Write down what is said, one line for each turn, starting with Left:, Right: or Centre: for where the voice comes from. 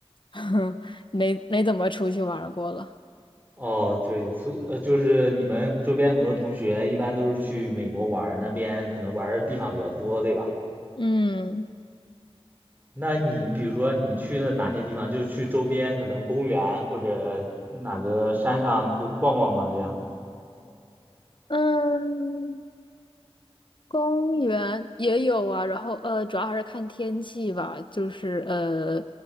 Left: <laughs> 没没怎么出去玩儿过了。
Right: 哦，对，所呃，就是你们周边很多同学一般都是去美国玩儿那边可能玩儿的地方比较多，对吧？
Left: 嗯
Right: 那你比如说你去了哪些地方？就是去周边可能公园或者哪个山上会逛逛吗？这样。
Left: 嗯，公园也有啊，然后呃，主要还是看天气吧。就是呃，